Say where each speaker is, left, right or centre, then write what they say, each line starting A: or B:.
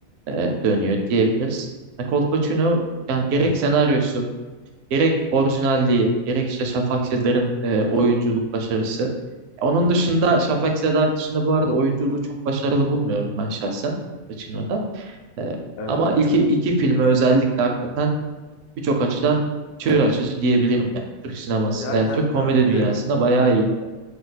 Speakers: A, on the right; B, on the left.
A: e, dönüyor diyebiliriz. E, Kolpaçino yani gerek senaryosu, gerek orijinalliği, gerek işte Şafak Sezer'in e, oyunculuk başarısı. Onun dışında Şafak Sezer dışında bu arada oyunculuğu çok başarılı bulmuyorum ben şahsen Kolpaçino'da. E,
B: Evet.
A: ama iki, iki filmi özellikle hakikaten birçok açıdan çığır açıcı diyebilirim yani Türk sinemasında.
B: Ya
A: Yani
B: kanka
A: Türk komedi
B: bir
A: dünyasında
B: de
A: bayağı iyi.